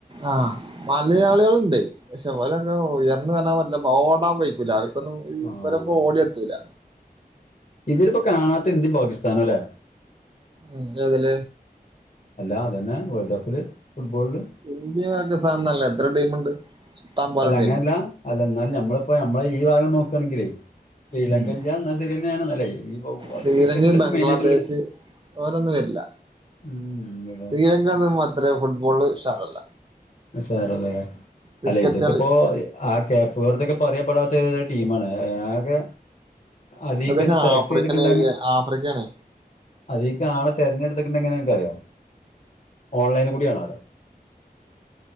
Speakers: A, on the right; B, on the left.
A: ആഹ് മലയാളികളുണ്ട് പക്ഷെ ഓലൊക്കെ ഉയർന്ന് വരാൻ പറ്റില്ല ഓടാൻ വയിക്കൂല അവ ർക്കൊന്നും ഈ
B: ആഹ്
A: ഇവരൊപ്പോ ഓടിയ എത്തൂല്ല
B: ഇതിൽപ്പോ കാണാത്ത ഇന്ത്യ പാകിസ്ഥാനും അല്ലെ
A: ഉം ഏതിൽ
B: അല്ലാ അതന്നെ വേൾഡ് കപ്പിൽ ഫുട്ബോളിൽ
A: ഇന്ത്യ പാക്കിസ്ഥാനോന്നല്ല എത്ര ടീമുണ്ട് ഇഷ്ടം പോലെ
B: അല്ല അങ്ങനെയല്ല
A: ടീം
B: അല്ല എന്നാലും നമ്മളിപ്പോ നമ്മളെ ഈ ഭാഗം നോക്കാണെങ്കിൽ ശ്രീലങ്കല്ല
A: ഉം
B: എന്നാ സെരിയന്നെയാണ്ന്നാല്ലേ ഇപ്പൊ അത്
A: ശ്രീലങ്ക
B: ക്രിക്കറ്റ്ൽ ഇപ്പോ
A: ബംഗ്ലാദേശ്
B: മെയിനായിട്ട് വിളിക്ക
A: ഓരൊന്നും വേര്ല്ല
B: ഉം അതെ
A: ശ്രീലങ്കല്ല അത്രേ ഫുട്ബോള് ഉഷാറല്ല
B: ഉഷാറല്ലല്ലേ
A: ക്രിക്കറ്റ്
B: അല്ല ഇതൊക്കെപ്പോ
A: കളി
B: ആഹ് കേപ്പ് വർത്തൊക്കെ പറയപ്പെടാത്ത എദോ ടീം ആണ് ആഹ് അതിക്കന്നെ
A: അതന്നെ
B: സെലക്ട്
A: ആഫ്രിക്കൻ
B: ചെയ്തിക്കിണ്ടങ്കിൽ
A: ഏരിയ ആഫ്രിക്കയാണ്
B: അതിക്ക് ആളെ തെരഞ്ഞെടുത്ത്ക്കെന്നെ എങ്ങെനെയാന്ന് നിങ്ങക്ക് അറിയോ ഓൺലൈന് കൂടിയണാല്ലോ